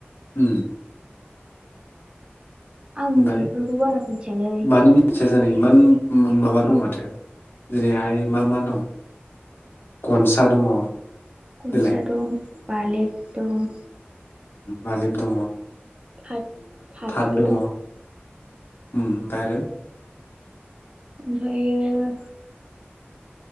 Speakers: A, on the left; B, on the right.
A: उम
B: आं
A: ओमफ्राय
B: बेफोरखौ बारा मिथियालै।
A: मानो मिथिया जानो इमान माबा दं माथो जेरैहाय मा मा दं गनसा दङ।
B: गनसा
A: देलाय
B: दं। बालेब दं।
A: बालिब दङ।
B: थाद। थादबो
A: थाथ दङ
B: दं।
A: उम ओमफ्राय आरो
B: ओमफायो